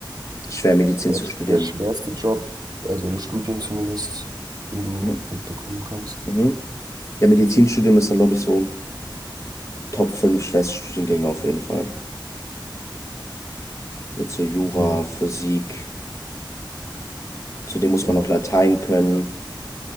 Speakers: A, on the left; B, on the right.
A: Schwer Medizin
B: der,
A: zu studieren.
B: der schwerste Job, also im Studium zumindest, den du
A: Mhm.
B: mitbekommen kannst.
A: Mhm. Der Medizinstudium ist dann, glaube ich, so Top 5 schwerste Studiengänge auf jeden Fall. Mit so Jura,
B: Ja,
A: Physik, zudem muss
B: ja.
A: man noch Latein können